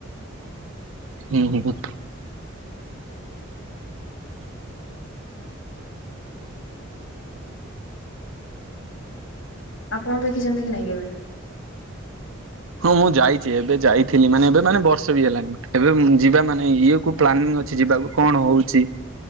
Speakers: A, on the right; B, on the left.
A: ହୁଁ ହୁଁ ହୁଁ।
B: ଆପଣ ଦେଖିଛନ୍ତି କି ନାଇଁ କେବେ?
A: ହଁ ମୁଁ ଯାଇଛି ଏବେ ଯାଇଥିଲି ମାନେ ଏବେ ମାନେ ବର୍ଷ ବି ହେଲାନି ଏବେ ଯିବା ମାନେ ଇଏ କୁ ପ୍ଲାନିଂ ଅଛି ଯିବାକୁ କଣ ହଉଛି।